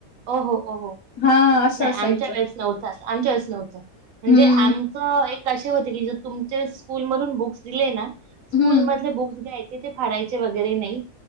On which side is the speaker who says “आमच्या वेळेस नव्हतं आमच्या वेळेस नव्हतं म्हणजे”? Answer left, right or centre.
Right